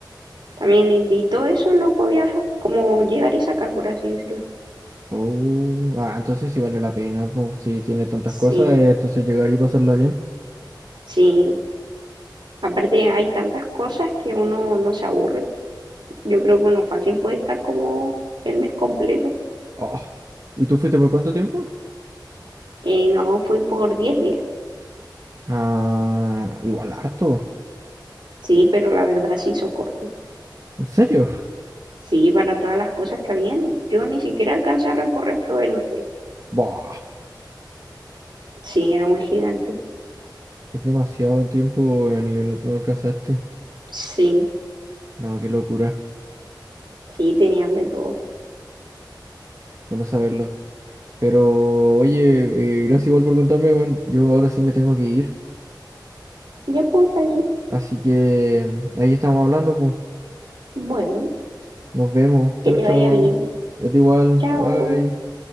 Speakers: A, on the right; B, on the right.
A: También, y y todo eso lo podías como llegar y sacar, por así decirlo.
B: Oh, ah, entonces sí vale la pena, pues, si tiene tantas
A: Sí,
B: cosas, eh, entonces llegar y pasarla bien.
A: sí. Aparte hay tantas cosas que uno no se aburre. Yo creo que uno fácil puede estar como el mes completo.
B: Oh, ¿y tú fuiste por cuánto tiempo?
A: Eh, no, fui por 10 días.
B: Ah, igual harto.
A: Sí, pero la verdad se hizo corto.
B: ¿En serio?
A: Sí, para todas las cosas que habían, yo ni siquiera alcancé a recorrer todo el hotel.
B: Bah,
A: Sí, era muy gigante.
B: es demasiado tiempo, eh, ni no, no alcanzaste.
A: Sí,
B: No, qué locura,
A: sí, tenían de todo.
B: bueno saberlo. Pero, oye, eh, gracias igual por contarme, bueno, yo ahora sí me tengo que ir.
A: Ya pues, está bien.
B: Así que mm, ahí estamos hablando, pues.
A: Bueno,
B: Nos vemos. Chau,
A: que te
B: chau.
A: vaya bien.
B: Es igual.
A: Chao.
B: Bye.